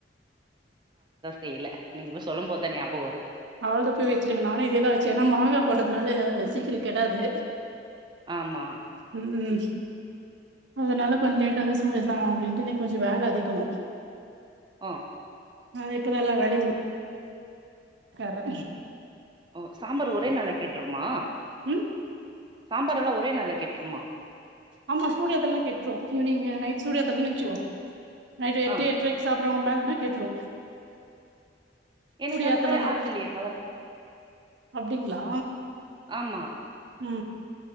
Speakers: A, on the right; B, on the right.
A: தெரியல நீங்க இ சொல்லு போது தா ஞாபகோ வருது
B: அவ்ளதா போய் வச்சிருங்க நானு இதேதா வச்சே ஏன்னா மாங்காய் போட்டதுனால சீக்கிர கிடாது
A: ஆமா
B: உ உ அதனால கொஞ்ச லேட்டாவே சூடேத்தலா அப்பிடின்ட்டு இன்னக்கு கொஞ்ச வேல அதிகோ
A: ஆ
B: அது இப்பதா எல்லா வேளயு முடி கார்ர
A: ஓ சாம்பார் ஒரே நாள்ள கெட்ருமா
B: உ
A: சாம்பார்ல்லா ஒரே நால்ல கெட்ருமா
B: ஆமா சூடயேத்தலனா கெட்ரு ஈவினிங் நைட் சூடேயேதலனு நிச்சுவோ நைட்டு எட்டு
A: ஆ
B: எட்றைக் சாப் அப்பற மேலனா கெட்ரு
A: எனக்கு
B: புடியேத்தலனா
A: அந்த மாரி ஆறுதில்லையேப்பா
B: அப்டிங்களா
A: ஆமா
B: உ